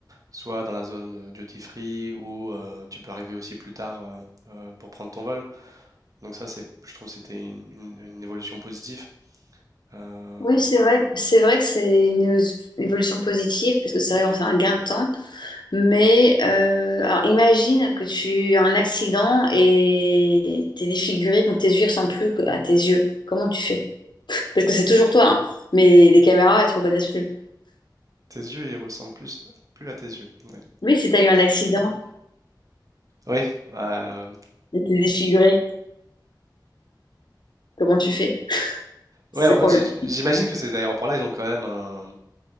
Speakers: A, on the right (about 45°); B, on the left (about 70°).
A: soit dans la zone euh, duty free ou euh, tu peux arriver aussi plus tard euh, euh, pour prendre ton vol. Donc ça, c'est, je trouve, que c'était une, une- une évolution positive. Euh,
B: Oui, c'est vrai. C'est vrai que c'est une évo- évolution positive, parce que c'est vrai, on fait un gain de temps. Mais euh, alors imagine que tu as un accident et t'es défiguré, donc tes yeux ne ressemblent plus que- à tes yeux. Comment tu fais? Parce que c'est toujours toi, hein, mais les caméras, elles te reconnaissent plus.
A: tes yeux, ils ressemblent plus, plus à tes yeux. Oui,
B: Oui, si tu as eu un accident
A: oui, euh,
B: et t'es défiguré, comment tu fais? C'est
A: ouais. En fait,
B: problématique.
A: j'- j'imagine que ces aéroports-là, ils ont quand même un,